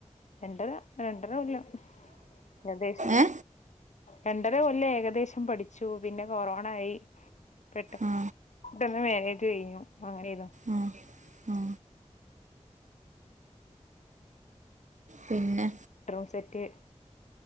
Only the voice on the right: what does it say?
ഏ
ആ
ആ ആ പിന്നെ